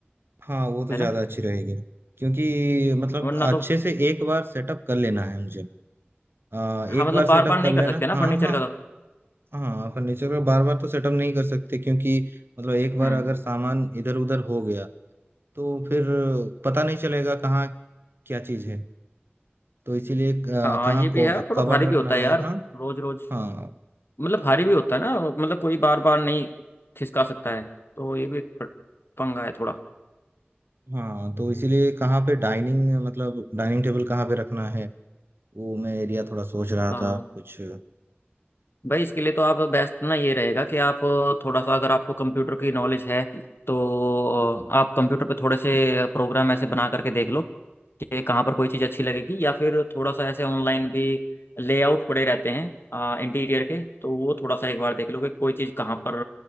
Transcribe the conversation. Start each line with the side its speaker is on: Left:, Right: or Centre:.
Right: हाँ वो तो
Left: है
Right: ज्यादा
Left: ना
Right: अच्छी रहेगी क्योंकि मतलब
Left: वरना
Right: अच्छे
Left: तो
Right: से एक बार सेटअप कर लेना है मुझे आ, एक
Left: हाँ मतलब
Right: बार
Left: बार
Right: सेटअप
Left: बार नहीं
Right: कर लेना
Left: कर सकते ना
Right: हाँ
Left: फर्नीचर
Right: हाँ
Left: का तो
Right: हाँ फर्नीचर का बार बार तो सेटअप नहीं कर सकते क्योंकि मतलब एक बार
Left: हम्म
Right: अगर सामान इधर उधर हो गया तो फिर पता नहीं चलेगा कहाँ क्या चीज है तो इसीलिए आ,
Left: हाँ
Right: कहाँ
Left: ये भी
Right: को
Left: है थोड़ा
Right: कबर्ड
Left: भारी
Right: रखना
Left: भी होता है
Right: है
Left: यार
Right: हाँ
Left: रोज रोज
Right: हाँ
Left: मतलब भारी भी होता है ना मतलब कोई बार बार नहीं खिसका सकता है तो ये भी एक पंगा है थोड़ा
Right: हाँ तो इसीलिए कहाँ पे डाइनिंग मतलब डाइनिंग टेबल कहाँ पे रखना है वो मैं एरिया थोड़ा सोच रहा
Left: हाँ
Right: था कुछ
Left: भाई इसके लिए तो आप बेस्ट ना ये रहेगा कि आप थोड़ा सा अगर आपको कंप्यूटर की नॉलेज है तो आप कंप्यूटर पे थोड़े से प्रोग्राम ऐसे बना करके देख लो कि कहाँ पर कोई चीज़ अच्छी लगेगी या फिर थोड़ा सा ऐसे ऑनलाइन भी लेआउट पड़े रहते हैं आ, इंटीरियर के तो वो थोड़ा सा एक बार देख लो कि कोई चीज़ कहाँ पर